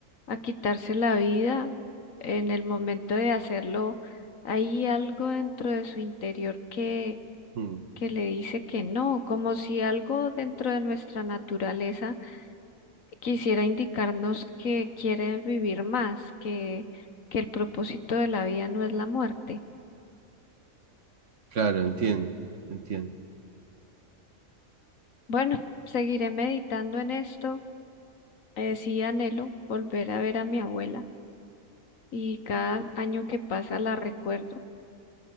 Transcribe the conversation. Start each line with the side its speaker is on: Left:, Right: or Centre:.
Left: a quitarse la vida, en el momento de hacerlo, hay algo dentro de su interior que,
Right: Mm,
Left: que le dice que no, como si algo dentro de nuestra naturaleza quisiera indicarnos que quiere vivir más, que, que el propósito de la vida no es la muerte.
Right: claro, entiendo, entiendo.
Left: Bueno, seguiré meditando en esto. Eh, sí anhelo volver a ver a mi abuela y cada año que pasa la recuerdo.